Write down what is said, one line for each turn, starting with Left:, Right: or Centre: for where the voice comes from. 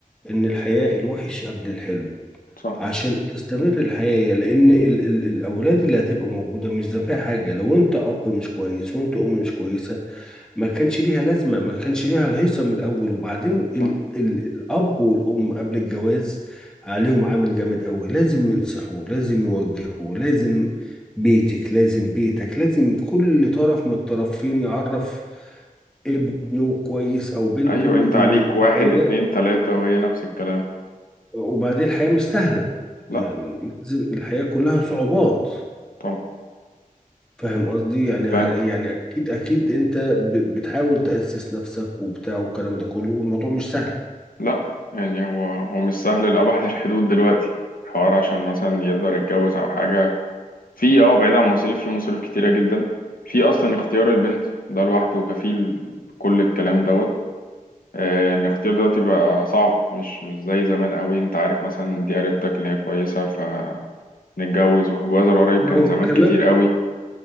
Centre: إن الحياة الوحش قبل الحلو
Left: صح
Centre: عشان تستمر الحياة لأن ال ال الأولاد اللي هتبقى موجودة مش ذنبها حاجة لو أنت أب مش كويس وأنت أم مش كويسة ما كانش ليها لازمة ما كانش ليها الهيصة من الأول وبعدين ال
Left: صح
Centre: ال الأب والأم قبل الجواز عليهم عامل جامد أوي لازم ينصحوا لازم يوجهوا لازم بيتك لازم بيتك لازم كل طرف من الطرفين يعرف ابنه كويس أو بنته
Left: أيوة أنت عليك
Centre: إن
Left: واحد
Centre: الحياة
Left: اتنين تلاتة وهي نفس الكلام
Centre: وبعدين الحياة مش سهلة
Left: لا
Centre: يعني لازم الحياة كلها صعوبات
Left: طبعا
Centre: فاهم قصدي يعني
Left: فاهم
Centre: يعني أكيد أكيد أنت ب- بتحاول تأسس نفسك وبتاع والكلام ده كله والموضوع مش سهل
Left: لا يعني هو هو مش سهل لأبعد الحدود دلوقتي الحوار عشان مثلا يقدر يتجوز أو حاجة في اه بعيد عن مصاريف في مصاريف كتيرة جدا في أصلا اختيار البنت ده لوحده كفيل بكل الكلام دوت آه، الاختيار دلوقتي بقى صعب مش مش زي زمان قوي انت عارف مثلا دي قريبتك اللي هي كويسة ف نتجوز والجواز القريب
Centre: ما
Left: كان
Centre: هو
Left: زمان
Centre: كمان
Left: كتير قوي